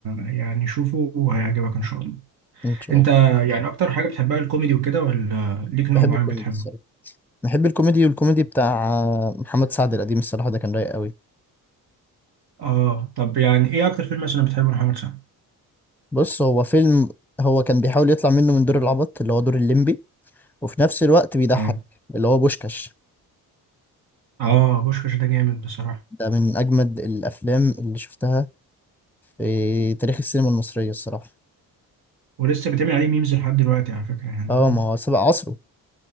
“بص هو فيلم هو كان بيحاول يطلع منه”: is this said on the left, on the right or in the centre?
Centre